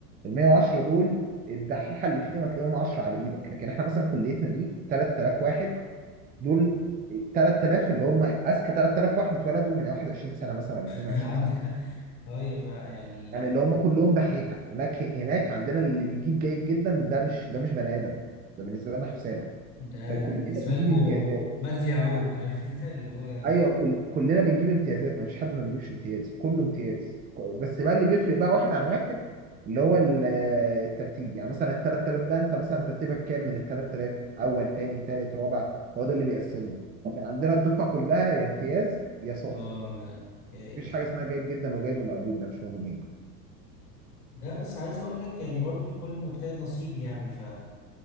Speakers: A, on the right; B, on the left.
A: ال 110 دول الدحيحه اللي فيهم هتلاقيهم 10 على ايدك لكن احنا مثلا كليتنا دي 3000 واحد دول 3000 اللي هم اذكى 3000 واحد اتولدوا من 21 سنه مثلا ولا
B: <laughs>
A: 22
B: عندك
A: سنه
B: ايوه فا يعني
A: يعني
B: بيبقى
A: اللي هم كلهم دحيحه هناك هناك عندنا اللي بيجيب جيد جدا ده مش ده مش بني ادم ده بالنسبه لنا حسالة
B: ده
A: يعني
B: بالنسبه
A: كلنا بنجيب
B: لكم
A: امتيازات
B: مجدي يعقوب عارف انت اللي هو
A: ايوه كل... كلنا بنجيب امتيازات ما فيش حد ما بيجيبش امتياز كله امتياز ك- بس بقى اللي بيفرق بقى واحد عن واحد اللي هو ال- الترتيب يعني مثلا ال 3000 ده انت مثلا ترتيبك كام من ال 3000 اول تاني تالت رابع هو ده اللي بيقسمنا لكن عندنا الدفعه كلها يا امتياز يا ساقط
B: اه لا يا
A: مفيش
B: الهي
A: حاجه اسمها جيد جدا وجيد ومقبول ده مش موجودين
B: ده بس عايز اقول لك يعني برضو الكل مجتهد نصيب يعني ف